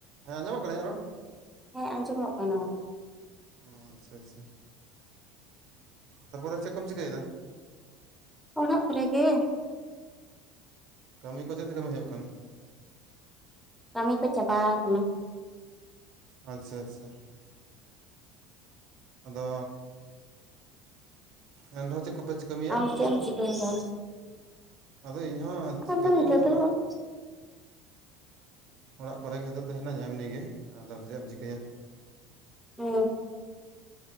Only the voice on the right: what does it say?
ᱦᱮᱸ ᱟᱸᱡᱚᱢᱚᱜ ᱠᱟᱱᱟ ᱤᱧᱟᱹᱜ ᱨᱚᱲ,
ᱚ ᱟᱪᱪᱷᱟ ᱟᱪᱪᱷᱟ ᱛᱟᱨᱯᱚᱨᱮ ᱪᱮᱫ ᱠᱚᱢ ᱪᱤᱠᱟᱹᱭᱮᱫᱟ?
ᱠᱟᱹᱢᱤ ᱠᱚ ᱪᱮᱫ ᱪᱮᱫ ᱠᱟᱹᱢᱤ ᱦᱩᱭᱩᱜ ᱠᱟᱱᱟ?
ᱟᱪᱪᱷᱟ ᱟᱪᱪᱷᱟ ᱟᱫᱚ, ᱮᱱ ᱨᱮᱦᱚᱸ ᱪᱮᱫ ᱠᱚᱯᱮ, ᱠᱟᱹᱢᱤᱭᱟ
ᱱᱤᱛᱚᱜ
ᱫᱚ
ᱟᱫᱚ?
ᱟᱫᱚ ᱤᱧᱦᱚᱸ ᱪᱤᱠᱟᱹ
ᱵᱚᱞᱛᱮ
ᱚᱲᱟᱜ
ᱚᱲᱟᱜ ᱠᱚᱨᱮᱜᱮ ᱱᱤᱛᱚᱜ ᱫᱚ ᱦᱤᱱᱟᱹᱧᱟ ᱮᱢᱱᱤᱜᱮ ᱟᱫᱚ ᱪᱮᱜ ᱮᱢ ᱪᱤᱠᱟᱹᱭᱟ,